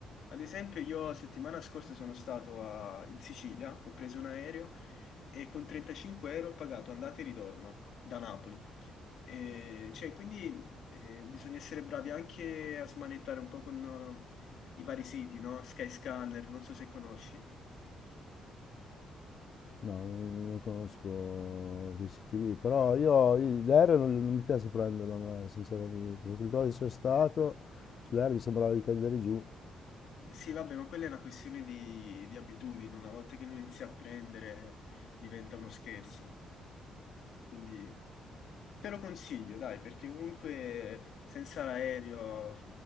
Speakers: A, on the left; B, on the left.
A: Ad esempio, io settimana scorsa sono stato a- in Sicilia, ho preso un aereo e con 35 euro ho pagato andata e ritorno da Napoli. Eh, cioè, quindi eh, bisogna essere bravi anche a smanettare un po' con eh, i vari siti, no? Skyscanner, non so se conosci.
B: No, non non conosco questi stili, lì, però io, io l'aereo non, non mi piace prenderlo, a me, sinceramente. Perché quando sono stato sull'aereo mi sembrava di cadere giù.
A: Sì, vabbè, ma quella è una questione di, di abitudini. Una volta che lo inizi a prendere, diventa uno scherzo. Quindi... Te lo consiglio, dai, perché comunque senza l'aereo